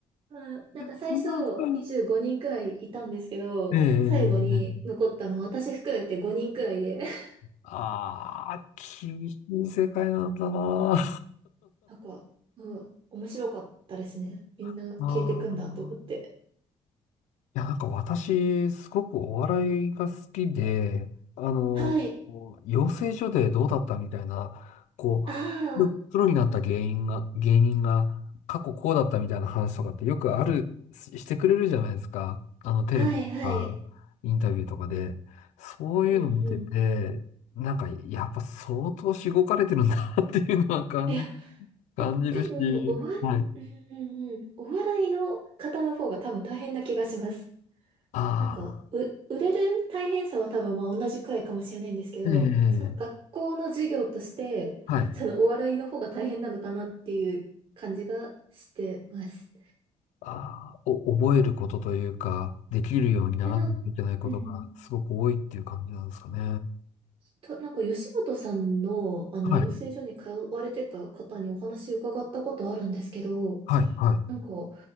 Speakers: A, on the right (about 45°); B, on the left (about 85°).
A: まあ、なんか最初25人くらいいたんですけど、
B: そうなんですか。ええ、
A: 最後に残ったの私含めて5人くらいで、<laughs>
B: ああ、厳しい世界なんだな。
A: なんか、うん、面白かったですね。みんな消えてくんだと思って。
B: <laughs> ああ。いや、なんか私、すごくお笑いが好きで、あの、
A: はい。
B: こう養成所でどうだったみたいな、こ
A: あ
B: う、ププロになった芸人が、
A: あ、
B: 芸人が過去こうだったみたいな話とかってよくある、ししてくれるじゃないですか。あの、テレビとか、
A: はいはい。
B: インタビューとかで。そういうの見てて、
A: うんうん。
B: なんか、やっぱ相当しごかれてるんだなっていうのは感じ、
A: いや、
B: 感じるし、
A: え、でも、おわ、
B: はい。
A: うんうんうん。お笑いの方の方が多分大変な気がします。
B: あ
A: なんか、う、売れる大変さは多分まあ同じくらいかもしれないんですけど、
B: あ、え
A: その学校の授業として、
B: え、はい。
A: そのお笑いの方が大変なのかなっていう感じがしてます。
B: あー、お、覚えることというか、できるようにならないといけないことがすごく多いっていう感じなんですかね。
A: いや、なん、うん。と、なんか吉本さんのあの養成所に通われてた方にお話伺ったことあるんですけど、
B: はい、はい、はい。
A: なんか、